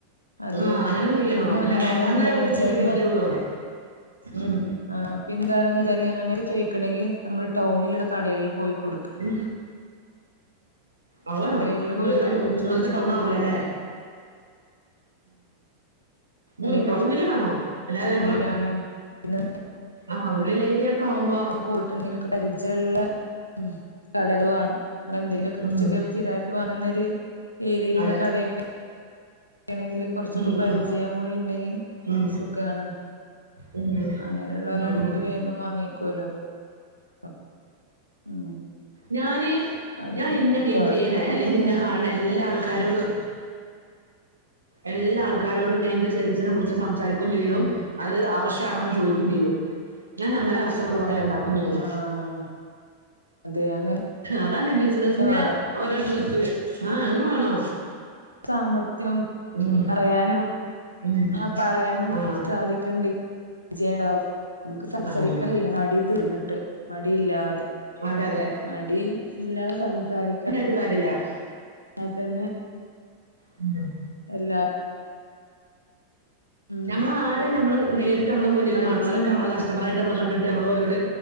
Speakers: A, on the left (about 85°); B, on the right (about 80°).
A: അതെ
B: ആഹ് അങ്ങനെ ചെയ്യണോ
A: പിന്നെ
B: അല്ല
A: ഒന്നാമത്
B: വേണ്ടാന്ന
A: എന്താന്ന്
B: അവർ
A: വെച്ചാല്
B: ഒറ്റടിക്ക് പറയൊള്ളൂ ഉം
A: ആഹ് പിന്നെന്താണെന്ന് വെച്ചാല് അങ്ങനെ ചോയ്ക്കണെങ്കിൽ ന്നമ്മൾ ടൗണിലുള്ള കടകളിൽപോയി കൊട്ക്കാ.
B: ഉം ആഹ് വാണം
A: കടകളിൽ
B: ഇത്ഇ
A: പോയിട്ട് ചോദിച്ചിട്ട്
B: ങ്ങളത് ടൗൺ
A: കൊടുക്കണം
B: ആവൂലലേ?
A: അല്ലെ
B: ഉം ടൗണില് വേണം
A: കുറച്ചുള്ളിലാണ്
B: അല്ലാതെന്നമ്മള്
A: പിന്നെ
B: ആഹ് ഉള്ളിലേരിയൊക്കെ ആവുമ്പോ
A: പോയിട്ട്ള്ള എന്തെങ്കിലുക്കെ പരിചയമുള്ള ഉം കടകൾവാണം ഇന്ന എന്തെങ്കിലൊക്കെ
B: ഉം,
A: കൊർച്ചൊക്കെ സ്തിരായ് ര് വാങ്ങ്ന്നൊരു ഏരിയിലുള്ള
B: അതെ
A: കടയൊക്കെ ക്കെണെങ്കില് കൊർച്ചൊക്കെ
B: ഉം,
A: പരിചയം
B: ഉം,
A: കൂടിഇണ്ടെങ്കി
B: ഉം,
A: സുഖാണ്
B: ഉം, ഉം,
A: അങ്ങനെഇള്ളോലാണെങ്കി
B: ഉം, ഉം.
A: വേഗം വാങ്ങി ക്കോലോ പ ഉം
B: ഞാന്
A: അതെ
B: ഞാൻ ഇന്നെ മീറ്റെയ്യ്ണെ
A: കൊഴപ്പൊന്നുല്ല
B: അല്ലെങ്കി ഇന്നെ കാണുന്ന എല്ലാ ആൾക്കാരോടും
A: ഉം
B: എല്ലാ ആൾക്കാരോടും ഞാൻ എന്റെ സെരസിനെ കുറിച്ച് സംസാരിക്കയും ചെയ്യും
A: ഉം
B: അത് ആവശ്യമാണോന്ന് ചോയിക്കും ചെയ്യും ഞാൻ അങ്ങനെ കസ്റ്റമർ പറയാനണ്ടാക്കും
A: ആഹ്
B: ഞാന്
A: അതെ അങ്ങനെ
B: അതാണ് ബിസിനസിന്റെ
A: വേണം
B: ഓരോ ട്രിക്ക്‌ ആ അങ്ങനെ വേണോ
A: സാമർഥ്യോം
B: ഉം,
A: പറയാനും
B: ഉം,
A: ആ പറയാനും
B: ആ
A: സാധിക്കണ്ടേ വിജയണ്ടാവും നമുക്ക് സംസാരിക്കാൻ
B: ആ,
A: മടി തീർന്നിട്ട് മടിയില്ലാതെ
B: അതെ അതെ
A: മടി ഇല്ലാതെ സംസാരിക്കാ
B: രില്ല <unintelligible>
A: അ തന്നെ
B: ഉം <unintelligible>
A: എല്ലാ ഉം
B: നമ്മ ആരെ നമ്മള് നേരിട്ട് നമ്മള മുന്നിൽ
A: മടിച്ച്
B: കാണണലക്കെ നമ്മ ക ചമറായിട്ട നമ്മള് കണ്ടിട്ട് നമ്മള്ഓരോട്